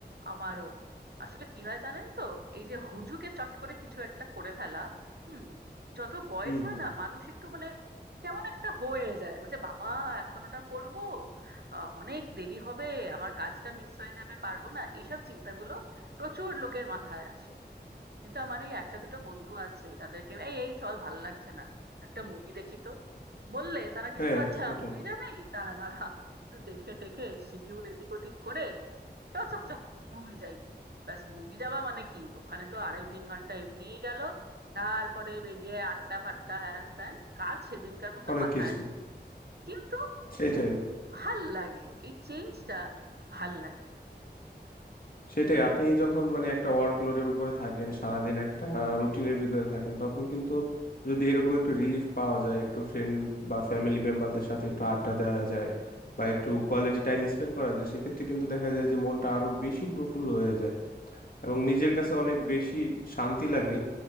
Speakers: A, on the right; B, on the left.
A: আমারও আসলে কি হয় জানেন তো এই যে হুজুকে চট করে কিছু একটা করে ফেলা হুম যত বয়স
B: হুম
A: হয়
B: হুম
A: না মানুষ একটু মানে কেমন একটা হয়ে যায় বলছে বাবা এখন ওটা করবো আহ, অনেক দেরি হবে আমার কাজটা মিস হয়ে যাবে পারবো না এইসব চিন্তাগুলো প্রচুর লোকের মাথায় আসে কিন্তু আমার এই একটা দুটো বন্ধু আছে যাদেরকে এই এই চল ভালো লাগছে না একটা মুভি দেখি তো বললে তারা কিন্তু
B: হ্যাঁ
A: আচ্ছা
B: সেটাই
A: মুভি যাবি দাঁড়া দাঁড়া একটু দেখে টেকে শিডিউল এদিক ওদিক করে চ চ চ মুভি যাই ব্যাস মুভি যাওয়া মানে কি ওখানে তো আড়াই তিন ঘন্টা এমনিই গেল তারপরে বেরিয়ে আড্ডা ফাড্ডা হ্যান ত্যান কাজ সেদিনকার মতো
B: অনেক
A: মাথায়
B: কিছু
A: কিন্তু
B: সেটাই
A: ভাল লাগে এই চেঞ্জটা ভাল লাগে
B: সেটাই আপনি যখন মানে একটা ওয়ার্কলোডের উপরে থাকেন সারাদিন একটা রুটিনের ভিতরে থাকেন তখন কিন্তু যদি এরকম একটু রিলিফ পাওয়া যায় একটু ফ্রেন্ড বা ফ্যামিলি মেম্বারদের সাথে একটু আড্ডা দেওয়া যায় বা একটু কোয়ালিটি টাইম স্পেন্ড করা যায় সেক্ষেত্রে কিন্তু দেখা যায় যে মনটা আরো বেশি প্রফুল্ল হয়ে যায় এবং নিজের কাছে অনেক বেশি শান্তি লাগে